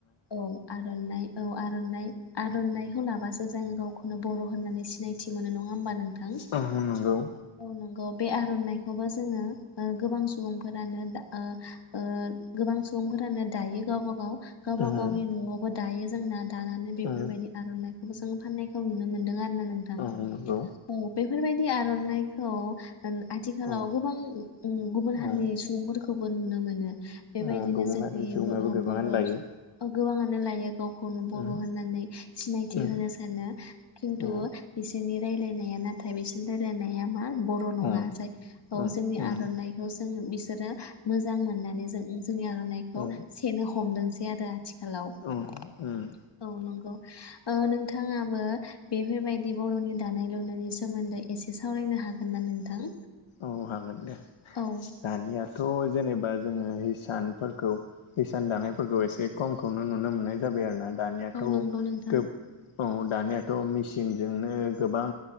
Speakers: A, on the left; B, on the left.
A: औ आरनाइ। औ आरनाइ आरनाइखौ लाबासो जों गावखौनो बर होननानै सिनायथि मोनो नङा होमबा नोंथां
B: औ नंगौ
A: औ नंगौ। बे आरनाइखौबो जोङो ओ गोबां सुबुंफोरानो दा ओ ओ गोबां सुबुंफोरानो दायो गावबा गाव गावबा
B: उम
A: गावनि नआवबो दायो जोंना दानानै बेफोरबायदि
B: उम
A: आरनाइ जों फाननायखौ नुनो मोनदों। गानो नोंथां
B: औ नंगौ
A: औ बेफोर बाय दि आरनाइखौ आथिखालाव
B: औ
A: गोबां गुबुन
B: औ
A: हारिनि सुबुंफोरखौ- बो नुनो मोनो। बेबायदिनो
B: औ गुबुन
A: जोंनि
B: हारिनि सुबुङाबो
A: बर
B: गोबाङानो लायो
A: गोबाङानो लायो गावखौनो
B: उम
A: बर होननानै सिनायथि
B: उम
A: होनो सानो खिन्थु
B: उम
A: बिसोरनि रायलायनाया नाथाय बिसिम रायलायनाया मा बर नङा
B: औ
A: जाय औ
B: उम
A: जोंनि
B: उम
A: आरनाइखौ जों बि आरो मोजां मोननानै जों जोंनि आरनाइखौ
B: उम
A: सेनो हमदों <unintelligible> हेलौ औ
B: उम उम
A: नंगौ। औ नोंथाङाबो बेफोरबायदि बरनि दानाय लुनायनि सोमोन्दै एसे सावरायनो हागोन ना नोंथां?
B: औ हागोन दे
A: औ
B: दानियाथ जेनेबा जोङो हिसानफोरखौ हिसान दानायफोरखौ एसे कमखौनो नुनो मोननाय जाबाय आरोना। दानिया'
A: औ
B: गो
A: नंगौ नोंथां
B: औ दानियाथ मिसिनजोंनो गोबां